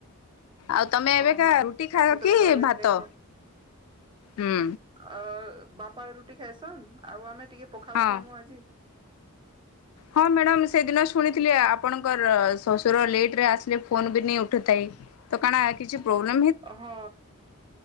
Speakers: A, on the left; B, on the right.
A: ଆଉ ତମେ ଏବେକା
B: ଓହୋ
A: ରୁଟି ଖାଇବ
B: ଆଚ୍ଛା ତମେ
A: କି
B: ନନଭେଜ
A: ଭାତ,
B: ନାଇଁ
A: ହୁଁ।
B: ଆ ବାପା ରୁଟି ଖାଇସନ୍, ଆଉ ଆମେ ଟିକେ ପଖାଲ୍
A: ହଁ।
B: ଖାଇଁମୁ ଆଜି।
A: ହଁ, ମ୍ୟାଡ଼ାମ ସେଦିନ ଶୁଣିଥିଲି ଆପଣଙ୍କର ଶ୍ବଶୁର ଲେଟରେ ଆସିଲେ ଫୋନ ବି ନାଇ ଉଠୁଥାଇ। ତ କାଣା କିଛି ପ୍ରୋବ୍ଲେମ୍
B: ଅ ହଁ,